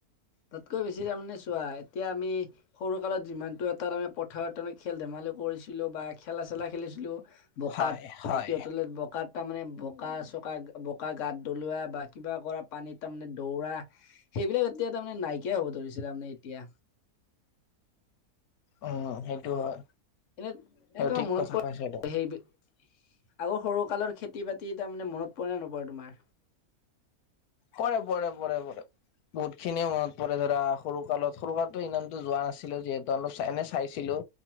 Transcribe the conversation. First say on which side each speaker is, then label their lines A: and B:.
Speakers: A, on the left; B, on the left.
A: তাতকৈ বেছি তামানে চোৱা এতিয়া আমি সৰু কালত যিমানটো এটা তামানে পথাৱত তামানে খেল-ধেমালি কৰিছিলোঁ বা খেলা চেলা খেলিছিলোঁ বকাত
B: হয় হয়
A: ভাইটিহতঁ ল বকাত তামানে বকা-চকা, বকা গাত দলোৱা বা কিবা কৰা পানীত তামানে দৌৰা সেইবিলাক এতিয়া তামানে নাইকিয়াই হ'ব ধৰিছে তামানে এতিয়া।
B: অ' হেটো হয়।
A: এনে, এনে
B: সেইটো
A: তোমাৰ
B: ঠিক
A: মনত
B: কথা কৈছা এইটো
A: <unintelligible> হেইবি আগৰ সৰুকালৰ খেতি-বাতি তামানে মনত পৰে নে নপৰে তোমাৰ?
B: পৰে, পৰে, পৰে, পৰে। বহুত খিনিয়ে মনত পৰে ধৰা সৰুকালত, সৰুকালততো ইমানতো যোৱা নাছিলোঁ যিহেতু অলপ চা, এনে চাইছিলোঁ।